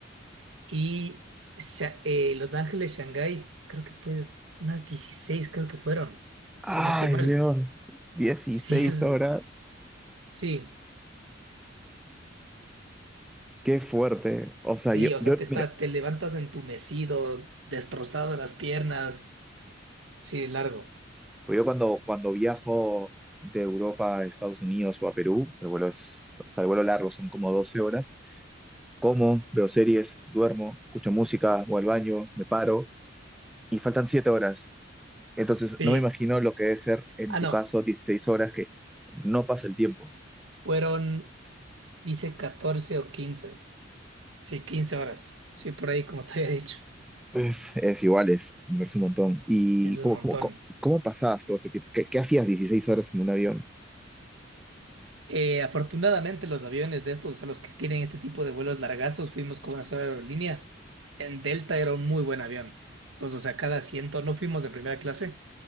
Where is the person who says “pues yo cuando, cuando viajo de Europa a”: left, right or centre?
Centre